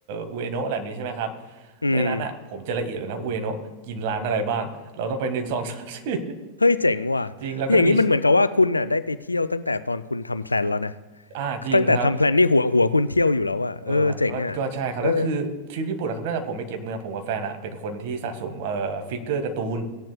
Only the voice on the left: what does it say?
อืม
เฮ้ยเจ๋งว่ะอย่างนี้มันเหมือนกับว่าคุณน่ะได้ไปเที่ยวตั้งแต่ตอนคุณทำแพลนแล้วนะ
ตั้งแต่ทำแพลนนี่หัวหัวคุณเที่ยวอยู่แล้วอ่ะเออเจ๋งอ่ะเออ